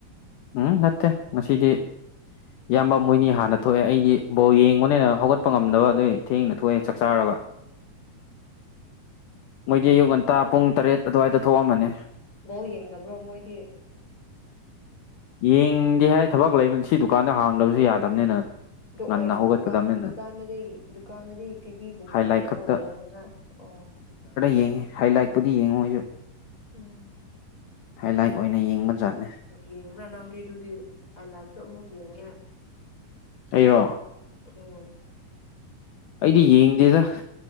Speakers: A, on the left; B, on the left.
A: ꯎꯝ ꯅꯠꯇꯦ ꯉꯁꯤꯗꯤ ꯏꯌꯥꯝꯕ ꯃꯣꯏꯅꯤ ꯍꯥꯟꯅ ꯊꯣꯛꯑꯦ ꯑꯩꯗꯤ ꯕꯣꯜ ꯌꯦꯡꯕꯅꯦꯅ ꯍꯧꯒꯠꯄ ꯉꯝꯗꯕ ꯑꯗꯨꯏ ꯊꯦꯡꯅ ꯊꯣꯛꯑꯦ
B: ꯎꯝ
A: ꯆꯥꯛ ꯆꯥꯔꯒ ꯃꯣꯏꯗꯤ ꯑꯌꯨꯛ ꯉꯟꯇꯥ ꯄꯨꯡ ꯇꯔꯦꯠ ꯑꯗꯨꯋꯥꯏꯗ ꯊꯣꯛꯑꯝꯃꯅꯤ
B: ꯕꯣꯜ ꯌꯦꯡꯗꯕ꯭ꯔꯣ ꯃꯣꯏꯗꯤ
A: ꯌꯦꯡꯗꯦ ꯍꯥꯏ ꯊꯕꯛ ꯂꯩꯕ ꯁꯤ ꯗꯨꯀꯥꯟꯗ ꯍꯥꯡꯗꯕꯁꯨ ꯌꯥꯗꯕꯅꯤꯅ
B: ꯑꯗꯨ
A: ꯉꯟꯅ
B: ꯑꯣꯏꯔꯁꯨ
A: ꯍꯧꯒꯠꯀꯗꯕꯅꯤꯅ
B: ꯗꯨꯀꯥꯟ ꯗꯨꯀꯥꯟꯗꯗꯤ ꯗꯨꯀꯥꯟꯗꯗꯤ ꯇꯤꯚꯤꯒꯨꯝꯕ
A: ꯍꯥꯏ
B: ꯂꯩꯇꯔꯣ
A: ꯂꯥꯏꯠ ꯈꯛꯇ
B: ꯌꯦꯡꯅꯤꯉꯥꯏ ꯑꯣ
A: ꯌꯦꯡꯉꯤ ꯍꯥꯏ ꯂꯥꯏꯠꯄꯨꯗꯤ ꯌꯦꯡꯉꯣꯏ ꯑꯩꯁꯨ
B: ꯎꯝ
A: ꯍꯥꯏ ꯂꯥꯏꯛ ꯑꯣꯏꯅ ꯌꯦꯡꯕ ꯖꯥꯠꯅꯦ
B: ꯌꯦꯡꯕ꯭ꯔꯥ ꯅꯪꯗꯤ ꯑꯗꯨꯗꯤ ꯍꯥꯏ ꯂꯥꯏꯠꯁꯨ ꯑꯃꯨꯛ ꯌꯦꯡꯉꯦ
A: ꯑꯩꯔꯣ
B: ꯎꯝ
A: ꯑꯩꯗꯤ ꯌꯦꯡꯗꯦꯗ